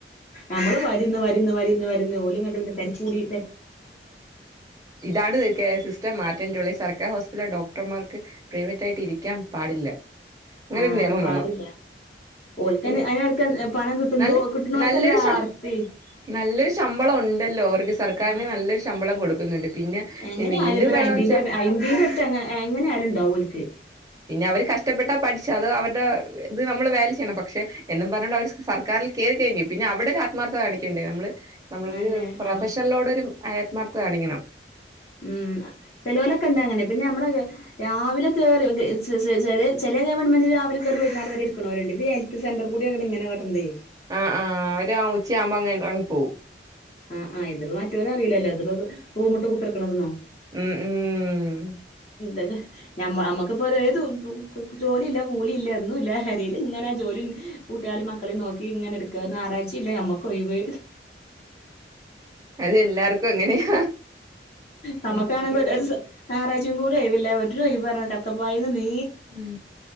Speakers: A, on the left; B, on the right.
A: നമ്മള് വരുന്ന് വരുന്ന് വരുന്ന് വരുന്ന് ഓലും കണ്ടു പിന്നെ തിരക്കൂടി
B: ഇതാണ് ത സിസ്റ്റർ മാറ്റേണ്ടള്ളത് സർക്കാർ ഹോസ്പിറ്റല ഡോക് ഡോക്ടർമാർക്ക് പ്രൈവറ്റ ആായിട്ട് ഇരിക്കാൻ പാടില്ല അങ്ങനൊരു
A: ആഹ
B: നിയമം
A: അനെ പാടില്ല
B: വേണം
A: ഓക്കൻ
B: ഉം
A: അന എടുക്കാൻ കിട്ടോ
B: നല്ല
A: കിട്ടുന്നോർക്കല്ല
B: നല്ലൊരു ശം
A: ആർത്തി
B: നല്ലൊരു ശമ്പളം ഉണ്ടല്ലോ അവർക്ക് സർക്കാരിന്
A: ആഹ്
B: നല്ലൊരു ശമ്പളം കൊടുക്കുന്നുണ്ട് പിന്നെ
A: എങ്ങനെ
B: വീണ്ടും
A: ആയാലും ഇപ്പൊ ഒരു
B: വേണം
A: അയ്മ്പീന്റെ അയ്മ്പീന്റെ അടുത്ത് എങ്ങനെ എങ്ങനെ ആയാലും ഇണ്ടാവും ഓൽക്ക്
B: ന്നെ ക പഠിച്ച അത് അവരുടെ ഇത് നമ്മള് വാല്യ ചെയ്യണം പക്ഷെ എന്നും പറഞ്ഞ കൊണ്ട് അവർ സർക്കാരിൽ കേറി കഴിഞ്ഞു പിന്നെ അവിടെ ഒരു ആത്മാർത്ഥ കാണിക്കേണ്ടേ നമ്മള് നമ്മളെരു
A: അതെന്നെ
B: പ്രൊഫഷനിലോടൊരു
A: അവ
B: ആത്മാർത്ഥത കാണിക്കണം
A: ഉം ചെലവലൊക്കെയൊണ്ട് അങ്ങനെ പിന്നെ നമ്മള് രാവിലെ കേറി ച ചെല ഗവൺമെന്റ് രാവിലെ കേറി ത് വൈന്നാരം വെരെ ഇരിക്ക്‌ണോല്ണ്ട് ഇത്ഹെൽത്ത് സെന്റർ കൂട്യണ് ഇങ്ങനെ കാട്ട്ണതെ
B: ആഹ് ആഹ് അവര് ഉച്ചയാവുമ്പം അങ്ങ് എറങ്ങി പോവും
A: ആ ആ ഇത്പ്പോ മറ്റോരറിലല്ലോ ഇതിപ്പോ റൂമ്ട്ട് കുത്ത്ർക്കണതൊന്നും
B: ഉം ഉം ഉം
A: അ നമ്മക്കിപ്പോ ഏത് ജോലിയില്ല കൂലിയില്ല ഒന്നുയില്ല പെരയിൽ ഇങ്ങനെ ജോലി കുട്ട്യാളേം മക്കളേം നോക്കി ഇങ്ങനെ ട്ക്കാ ഞാറായ്ച്ചില്ല ഞമ്മക്കൊയ് വ്
B: അതെല്ലാർക്കും അങ്ങന്യാ
A: നമ്മക്കാണെങ്കി ഒരു സൊ ഞാറായ്ച്ചേ കൂടി ഒയ്വില്ല ഒരുയ്വ് ന്ന്ർഞ കെടക്കപ്പായിന്ന് നീ
B: ഉ